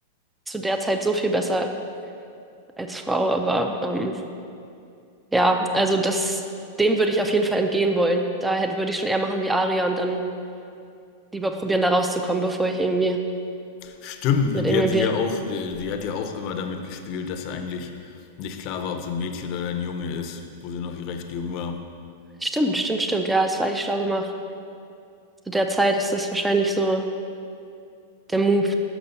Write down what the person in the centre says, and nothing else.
zu der Zeit so viel besser als Frau, aber ähm, ja, also das, dem würde ich auf jeden Fall entgehen wollen. Da hätte, würde ich schon eher machen wie Arya und dann lieber probieren, da rauszukommen, bevor ich irgendwie
mit
irgendwem
will.
Stimmt, stimmt, stimmt. Ja, es war echt schlau gemacht. Zu der Zeit ist das wahrscheinlich so der Move,